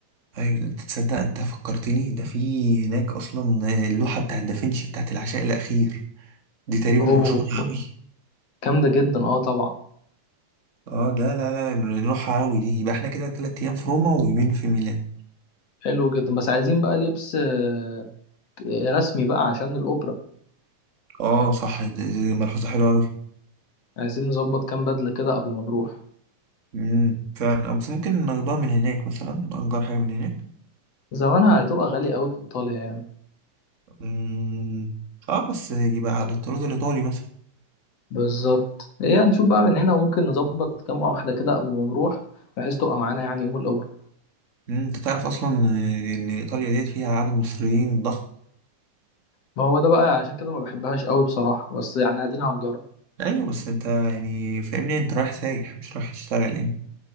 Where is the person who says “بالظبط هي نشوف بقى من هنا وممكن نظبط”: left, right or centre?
Left